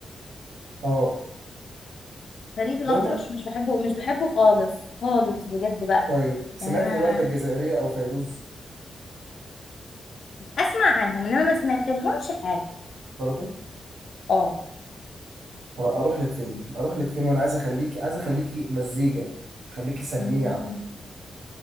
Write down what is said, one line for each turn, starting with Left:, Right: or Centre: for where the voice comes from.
Right: اه
Left: فريد الأطرش
Right: دول
Left: مش بحبه مش بحبه خالص خالص بجد بقى
Right: طيب سمعتي
Left: يعني أنا
Right: وردة الجزائرية أو فيروز
Left: أسمع عنهم إنما ما سمعت لهمش حاجة
Right: برضو
Left: اه
Right: هو اروح لك فين اروح لك فين وانا عايز اخليك عايز اخليكي مزيكا خليكي سميعه
Left: أمم،